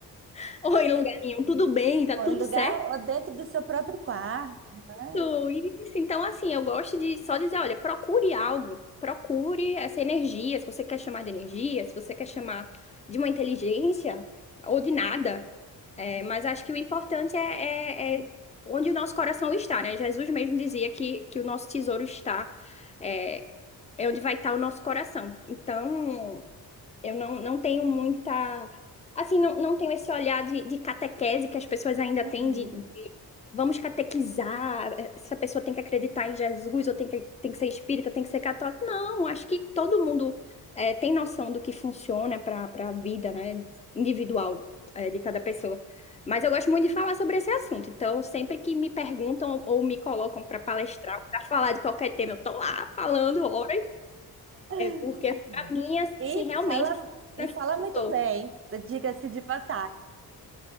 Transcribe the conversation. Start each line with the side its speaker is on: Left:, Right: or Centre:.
Left: <laughs> ou em lugar nenhum, tudo bem, tá
Right: Ou
Left: tudo
Right: em lugar,
Left: certo.
Right: ou dentro do seu próprio quarto, né?
Left: Isso, isso. Então, assim, eu gosto de só dizer, olha, procure algo, procure essa energia, se você quer chamar de energia, se você quer chamar de uma inteligência ou de nada. É, mas acho que o importante é, é- é onde o nosso coração está, né? Jesus mesmo dizia que, que o nosso tesouro está, é, é onde vai estar o nosso coração. Então, eu não, não tenho muita. Assim, não, não tenho esse olhar de, de catequese que as pessoas ainda
Right: Uhum.
Left: têm, de, de vamos catequizar, eh, essa pessoa tem que acreditar em Jesus, ou tem que, tem que ser espírita, tem que ser católico. Não, acho que todo mundo eh, tem noção do que funciona para para a vida, né, individual eh, de cada pessoa. Mas eu gosto muito de falar sobre esse assunto, então sempre que me perguntam ou me colocam para palestrar, para falar de qualquer tema, eu tô lá falando horas.
Right: <laughs>
Left: Porque pra mim, assim,
Right: E
Left: realmente
Right: fala,
Left: foi o que
Right: e
Left: transformou.
Right: fala muito bem, diga-se de passagem.